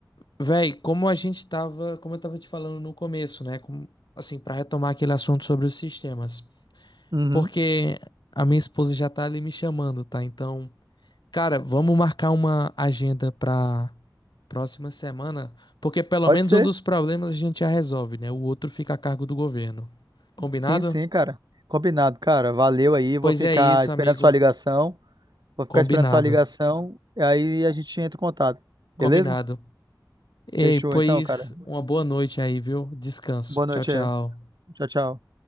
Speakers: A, on the left (about 80°); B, on the right (about 70°).
A: véi, como a gente tava, como eu tava te falando no começo, né? Como, assim, pra retomar aquele assunto sobre os sistemas.
B: Uhum.
A: Porque a minha esposa já tá ali me chamando, tá? Então, cara, vamos marcar uma agenda pra próxima semana, porque pelo
B: Pode
A: menos
B: ser?
A: um dos problemas a gente já resolve, né? O outro fica a cargo do governo. Combinado?
B: Sim, sim, cara. Combinado, cara. Valeu aí. Vou
A: Pois
B: ficar
A: é isso,
B: esperando
A: amigo.
B: sua ligação. Vou
A: Combinado.
B: ficar esperando sua ligação. Aí a gente entra em contato.
A: Combinado.
B: Beleza?
A: Ei,
B: Fechou
A: pois
B: então, cara.
A: uma boa noite aí, viu? Descanso.
B: Boa noite
A: Tchau, tchau.
B: aí. Tchau, tchau.